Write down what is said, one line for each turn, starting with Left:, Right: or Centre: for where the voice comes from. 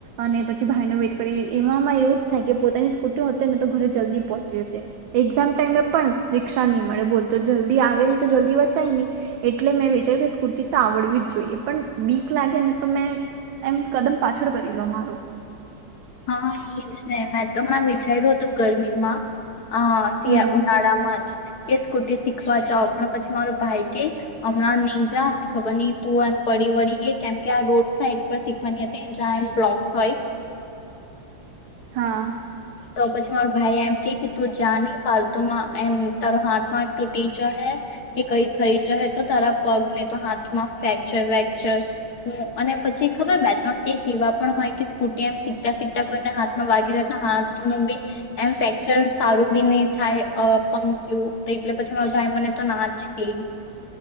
Right: અને પછી ભાઈ <unintelligible> વેટ કરો એમાં એવું જ થાય કે પોતાની સ્કૂટી હો ને તો ઘરે જલ્દી પહોંચી જ એક્ઝામ ટાઈમે પણ <unintelligible> નહી મળે બોલ તો જલ્દી આવે નહી તો જલ્દી વચાય નહી એટલે મેં વિચાર્યું કે સ્કૂટી તો આવડવી જ જોઈએ પણ બીક લાગે ને તો મેં એમ કદમ પાછળ કરી લો મારું.
Left: હા એજ ને મેં તો હમણાં વિચાર્યું હતું ગરમીમાં. હા સિયા
Right: હમ
Left: ઉનાળા માં જ. કે સ્કૂટી શીખવા જાાવ પણ પછી મારો ભાઈ કે હમણાં નહી જા ખબર <unintelligible> તું એમ પડી વળી ગઈ કેમ કે આ રોડ સાઈડ પર શીખવાની હતી જ્યાં એમ બ્લોક હોય.
Right: હા.
Left: તો પછી મારો ભાઈ એમ કે કે તું જા નહી પાલતુમાં એમ તારો હાથમાં તૂટી જહે કે કઈ થઈ જહે તો તારા પગને તો હાથમાં ફ્રેક્ચર વેક્ચર હું અને પછી ખબર <unintelligible> સેવા પણ હોય કે સ્કૂટી એમ સીખતા સીખતા કોઈને હાથમાં વાગી હાથ નું બી એમ ફેક્ચર સારું બી નહી થાય <unintelligible> એટલે પછી મારા ભાઈ મને તો ના જ કે.